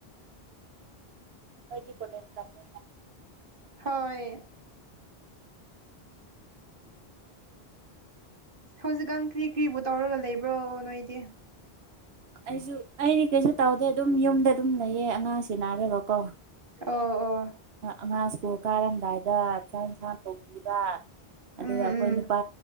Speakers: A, on the right; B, on the right.
A: <inaudible> ꯀꯣꯂꯦꯁ ꯇꯝꯃꯦ
B: ꯍꯣꯏ ꯍꯧꯖꯤꯛꯀꯥꯟ ꯀ꯭ꯔꯤ ꯀ꯭ꯔꯤꯕꯨ ꯇꯧꯔꯒ ꯂꯩꯕ꯭ꯔꯣ ꯅꯣꯏꯗꯤ
A: ꯑꯩꯁꯨ ꯑꯩꯗꯤ ꯀꯩꯁꯨ ꯇꯧꯗꯦ ꯑꯗꯨꯝ ꯌꯨꯝꯗ ꯑꯗꯨꯝ ꯂꯩꯌꯦ ꯑꯉꯥꯡꯁꯤ ꯅꯥꯔꯕꯀꯣ
B: ꯑꯣ ꯑꯣ
A: ꯑꯉꯥꯡ ꯁ꯭ꯀꯨꯜ ꯀꯥꯔꯝꯗꯥꯏꯗ ꯆꯥꯛ ꯏꯟꯁꯥꯡ ꯇꯧꯕꯤꯕ
B: ꯎꯝ
A: ꯑꯗꯨꯒ ꯑꯩꯈꯣꯏ
B: ꯎꯝ
A: ꯅꯨꯄꯥ